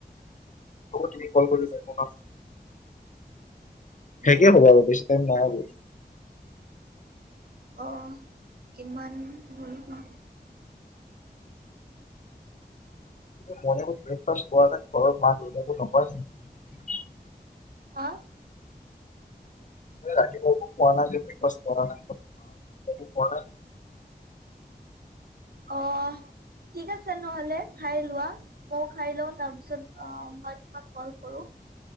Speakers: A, on the left; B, on the right.
A: তুমি কল কৰিবা।
B: উম।
A: সেকে হ'ব আৰু বেছি টাইম। <unintelligible>
B: অহ, কিমান ভুলটো
A: কিন্তু মন ব্ৰেকফাষ্ট কৰা নাই ঘৰত মাত ওলিয়াব নপাৰে
B: অ',
A: প ন ন ব <unintelligible>
B: অ' ঠিক আছে নহলে খাই লোৱা মই খাই লওঁ তাৰপিছত অহ, মই তোমাক কল কৰো।